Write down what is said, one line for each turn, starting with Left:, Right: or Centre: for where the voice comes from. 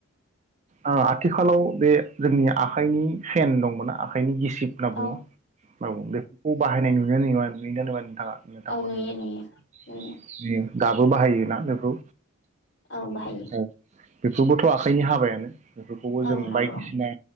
Right: ओ आथिखालाव बे जोंनि आखाइनि फेन दंमोन आखाइनि गिस सिप होनना बुङो
Left: औ
Right: औ बेफोरखौ बाहायनाय नुयोया नुवा नुयो ना नुवा थांङा नोंथांमोननि
Left: औ नुयो
Right: ओनसोलाव
Left: नुयो नुयो
Right: नुयो दाबो बाहायोना बेखौ
Left: औ बाहायो
Right: औ बेफोरबोथ आखाइनि हाबायानो बेफोरखौबो
Left: औ
Right: जों
Left: नंगौ
Right: बायदिसिना